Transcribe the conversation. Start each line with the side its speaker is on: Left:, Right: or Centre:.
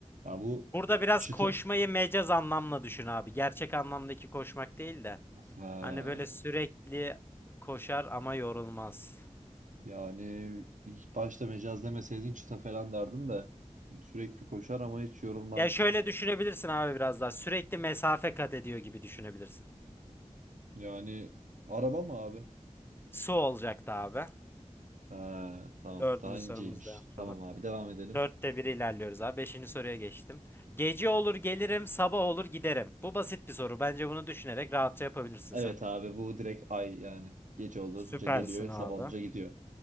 Right: Ya bu
Left: Burada biraz
Right: çıta...
Left: koşmayı mecaz anlamla düşün abi. Gerçek anlamdaki koşmak değil de.
Right: Ha,
Left: Hani böyle sürekli koşar ama yorulmaz.
Right: yani ilk başta mecaz demeseydin çıta falan derdim de. Sürekli koşar ama hiç yorulmaz.
Left: Ya şöyle düşünebilirsin abi biraz daha. Sürekli mesafe kat ediyor gibi düşünebilirsin.
Right: Yani araba mı abi?
Left: Su olacaktı abi.
Right: Ha, tamam
Left: Dördüncü
Right: daha inceymiş.
Left: sorumuzda yapmış
Right: Tamam
Left: onu.
Right: abi devam edelim.
Left: Dörtte bir ilerliyoruz abi. Beşinci soruya geçtim. Gece olur gelirim, sabah olur giderim. Bu basit bir soru. Bence bunu düşünerek rahatça yapabilirsin
Right: Evet
Left: sen.
Right: abi bu direkt ay yani. Gece olunca
Left: Süpersin
Right: geliyor
Left: abi.
Right: sabah olunca gidiyor.